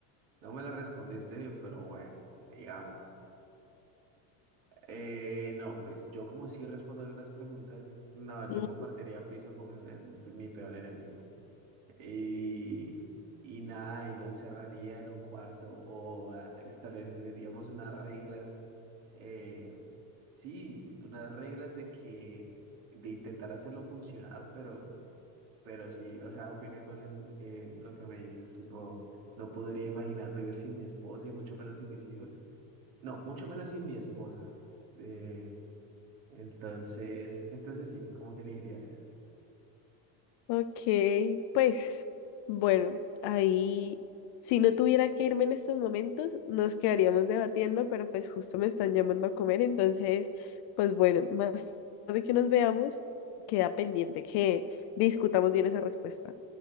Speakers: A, on the right; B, on the left.
A: No me la respondiste bien, pero bueno, digamos. Eh, no, pues yo como sí respondo bien las preguntas, no, yo
B: Mm,
A: compartiría piso con el- mi peor enemigo. Y, y nada, y lo encerraría en un cuarto o ah, estableceríamos unas reglas eh, sí, unas reglas de que, de intentar hacerlo funcionar, pero, pero sí, o sea, opino igual en eh, lo que me dices, tipo, no podría imaginar vivir sin mi esposa y mucho menos sin mis hijos. No, mucho menos sin mi esposa. Eh, entonces, entonces sí, como que elegiría eso.
B: Ok, pues bueno, ahí si no tuviera que irme en estos momentos, nos quedaríamos debatiendo, pero pues justo me están llamando a comer, entonces, pues bueno, más tarde que nos veamos, queda pendiente que discutamos bien esa respuesta.